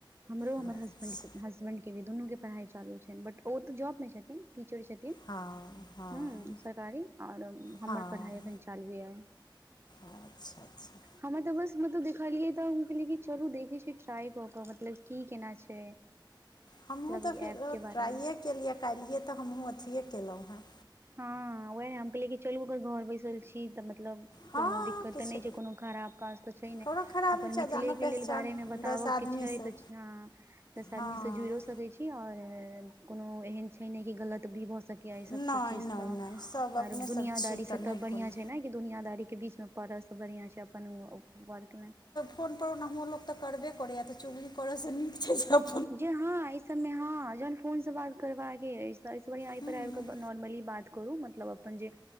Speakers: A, on the right (about 30°); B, on the left (about 55°).
A: हमरो हमर
B: अच्छा
A: हसबेंड को हसबेंड के भी दुनू के पढ़ाई चालू छनि, बट ओ त जॉब में छथिन। टीचर छथिन।
B: हँ हँ
A: हूॅं, सरकारी आओर हमर
B: हँ
A: पढ़ाय अखैन चालुये य
B: अच्छा अच्छा
A: हमे त बस मतलब देखलियै त हम कहलियै कि चलू देखे छी ट्राई क क मतलब कि केना काज छै
B: हमहूँ
A: मतलब
B: त
A: ई
B: फेर
A: ऐप के बारेमे
B: ट्राइये केलियै आ काल्हिये त हमहूँ अथिए केलौं हेँ
A: हँ ओहे, हम कहलियै कि चलु ओकर घर बैसल छी त मतलब
B: हँ
A: कोनो दिक्कत
B: किछु
A: त नै छै कोनो खराब काज त छै नै
B: कोनो खराब
A: अपन
B: नहि छै
A: मिथिलेके
B: जानो पहचान
A: लेल बारेमे बताबअ
B: दस आदमीसँ
A: के छै त हाॅं दस
B: हँ
A: आदमी स जुइरो सकैय छी कि हहरायल? कोनो एहन छै नै, कि गलत भी भ सकै य अय
B: नहि
A: सभ स चीज
B: नहि
A: स, आओर
B: नहि सभ अपने
A: दुनियादारी
B: सभ छी तऽ
A: स त
B: नहि
A: बढ़ियां
B: कोनो
A: छै न कि दुनियादारी के बीच मे पड़ सं बढ़ियाॅं छै अपन व वर्कमे
B: फोन पर ओनाहुओ लोक त करबे करै य त चुगली करै स नीक छै सब
A: जे हाॅं, इ सब में हाॅं, जहन फोन स बात करबाके अछि। त अय स बढ़िया अय
B: हँ
A: पर आयब क ग नोरमली बात करु। मतलब अपन जे,